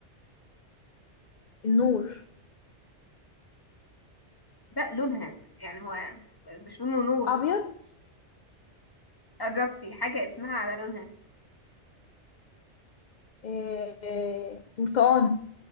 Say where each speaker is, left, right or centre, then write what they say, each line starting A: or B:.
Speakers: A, on the left; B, on the left.
A: النور
B: لا لونها يعني هو مش لون ونور
A: أبيض
B: قربتي حاجة اسمها على لونها
A: آه، آه، برتقاني